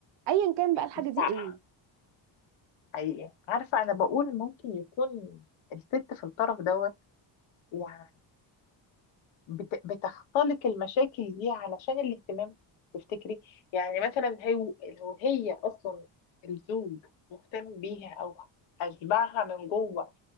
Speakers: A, on the right; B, on the left.
A: ايا كان بقى الحاجه
B: بس
A: دي
B: ع-
A: ايه
B: حقيقي عارفة انا بقول ممكن يكون الست في الطرف دوت يعني بت... بتختلق المشاكل دي علشان الاهتمام تفتكري يعني مثلا هي لو هي اصلا الزوج مهتم بيها او اشبعها من جوه